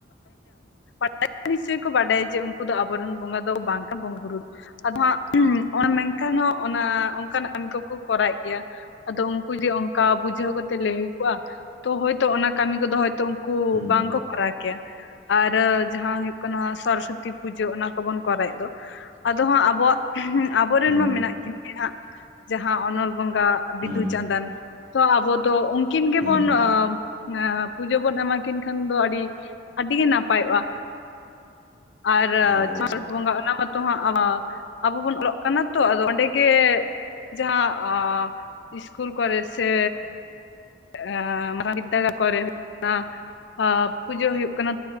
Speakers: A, on the left (about 70°); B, on the right (about 35°).
A: <unintelligible> <inaudible> ᱱᱤᱥᱪᱳᱭ ᱠᱚ ᱵᱟᱰᱟᱭᱟ ᱡᱮ ᱩᱝᱠᱩ ᱫᱚ ᱟᱵᱚᱨᱮᱱ ᱵᱚᱸᱜᱟ ᱫᱚ ᱵᱟᱝ <unintelligible> ᱵᱚᱸᱜᱟᱼᱵᱩᱨᱩ᱾ ᱟᱫᱚ ᱦᱟᱸᱜ <inaudible> ᱢᱮᱱᱠᱷᱟᱱ ᱦᱚᱸ ᱚᱱᱟ ᱚᱝᱠᱟᱱᱟᱜ ᱠᱟᱹᱢᱤ ᱠᱚᱠᱚ ᱠᱚᱨᱟᱣᱮᱜ ᱜᱮᱭᱟ᱾ ᱟᱫᱚ ᱩᱝᱠᱩ ᱡᱮ ᱚᱝᱠᱟ ᱵᱩᱡᱷᱟᱹᱣ ᱠᱟᱛᱮᱜ ᱞᱟᱹᱭ ᱦᱩᱭ ᱠᱚᱜᱼᱟ ᱛᱚ ᱦᱚᱭᱛᱚ ᱚᱱᱟ ᱠᱟᱹᱢᱤ ᱠᱚᱫᱚ ᱦᱚᱭ ᱛᱚ ᱩᱝᱠᱩ
B: ᱦᱩᱸ ᱦᱩᱸ
A: ᱵᱟᱝᱠᱚ ᱠᱚᱨᱟᱣ ᱠᱮᱭᱟ᱾ ᱟᱨᱮ ᱡᱟᱦᱟᱸ ᱦᱩᱭᱩᱜ ᱠᱟᱱᱟ ᱥᱚᱨᱚᱥᱚᱛᱤ ᱯᱩᱡᱟᱹ ᱚᱱᱟ ᱠᱚᱵᱚᱱ ᱠᱚᱨᱟᱣᱮᱜ ᱫᱚ ᱟᱫᱚ ᱦᱟᱸᱜ ᱟᱵᱚᱣᱟᱜ <inaudible> ᱟᱵᱚᱨᱮᱱ
B: ᱦᱩᱸ
A: ᱢᱟ ᱢᱮᱱᱟᱜ ᱠᱤᱱᱟ ᱜᱮ ᱦᱟᱸᱜ, ᱡᱟᱦᱟᱸ ᱚᱱᱚᱞ ᱵᱚᱸᱜᱟ
B: ᱦᱩᱸ
A: ᱵᱤᱫᱩ ᱪᱟᱸᱫᱟᱱ᱾ ᱛᱚ ᱟᱵᱚ ᱫᱚ ᱩᱝᱠᱤᱱ ᱜᱮᱵᱚᱱ
B: ᱦᱩᱸ ᱦᱩᱸ
A: ᱚᱸ ᱮᱸ ᱯᱩᱡᱟᱹ ᱵᱚᱱ ᱮᱢᱟᱠᱤᱱ ᱠᱷᱟᱱ ᱫᱚ ᱟᱹᱰᱤ, ᱟᱹᱰᱤ ᱜᱮ ᱱᱟᱯᱟᱭᱚᱜᱼᱟ᱾ ᱟᱨ
B: ᱮᱠᱫᱚᱢ
A: <unintelligible> ᱵᱚᱸᱜᱟ ᱚᱱᱟ ᱢᱟᱛᱚ ᱦᱟᱸᱜ ᱟᱸ ᱟᱵᱚ ᱵᱚᱱ ᱚᱞᱚᱜ ᱠᱟᱱᱟ ᱛᱚ ᱟᱫᱚ ᱚᱸᱰᱮ ᱜᱮ ᱡᱟᱦᱟᱸ ᱟ ᱤᱥᱠᱩᱞ ᱠᱚᱨᱮ ᱥᱮ ᱮᱸ ᱢᱟᱨᱟᱝ <unintelligible> ᱟᱸ ᱯᱩᱡᱟᱹ ᱦᱩᱭᱩᱜ ᱠᱟᱱᱟ